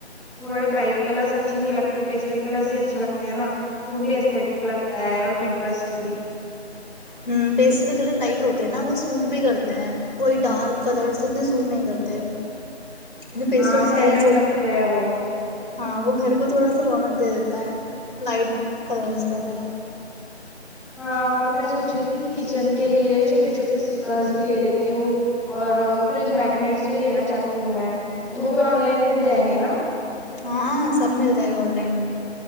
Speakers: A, in the centre; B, on the left.
A: تھوڑے برائٹ کلرس اچھے نہیں لگتے پیسٹل کلرس ہی اچھے لگتے ہیں نا روم بھی اسٹک لگتا ہے اور پٹرس بھی <unintelligible>
B: ہ پیسٹل کلر لائٹ ہوتے ہیں نا وہ سوٹ بھی کرتے ہیں وہی ڈارک کلر سے اتنے سوٹ نہیں کرتے جو پیسٹلر
A: ہاں اسٹینڈرڈ
B: ہوتے
A: لگتے
B: ہیں
A: ہے وہ
B: ہاں وہ گھر کو تھوڑا سا رونق دے دیتا ہے لائٹ کلرز وغیرہ
A: ہاں اور میں سوچ رہی تھی کہ کچن کے لیے چھوٹے چھوٹے اسٹکرس بھی لے لیتی ہوں اور فریج میگنیٹس بھی لینا چاہتی ہوں میں تو وہ بھی آن لائن مل جائیں گے نا <unintelligible>
B: ہاں سب مل جائے گا آن لائن